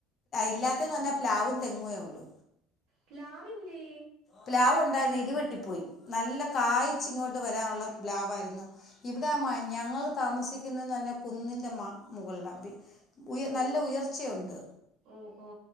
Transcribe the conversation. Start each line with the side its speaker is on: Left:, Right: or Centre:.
Left: ഇല്ലാത്തേന്ന് പറഞ്ഞാ പ്ലാവും തെങ്ങുവേ ഒള്ളു.
Right: പ്ലാവില്ലേ?
Left: പ്ലാവൊണ്ടായിരുന്നു ഈ ടിവെട്ടിപ്പോയി നല്ല കായച്ച് ഇങ്ങോട്ട് വരാള്ള പ്ലാവായിരുന്നു ഇവിടെ ആ മാ ഞങ്ങള് ത മസിക്കുന്നേന്നറഞ്ഞ കുന്നിൻ്റെ മ മുകൾലാ ഉ
Right: ഓ
Left: നല്ല ഉയർച്ചയുണ്ട്.
Right: ഓ ഓ